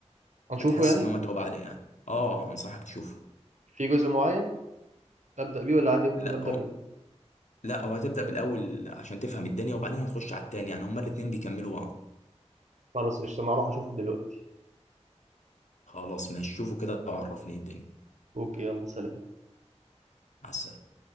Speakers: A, on the right (about 85°); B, on the left (about 85°).
A: هنشوفه
B: فتحس
A: يعني
B: ان هو متعوب عليه يعني اه انصحك تشوفه
A: في جزء معين ابدا بيه ولا عادي ممكن
B: لا
A: ابدا
B: هو
A: من
B: لا هو هتبدا بالاول عشان تفهم الدنيا وبعدين هتخش على التاني يعني هما الاتنين بيكملوا بعض
A: خلاص قشطه انا هروح اشوفه دلوقتي
B: خلاص ماشي شوفوا كده وعرفني إيه الدنيا
A: اوكي يلا سلام
B: مع السلامه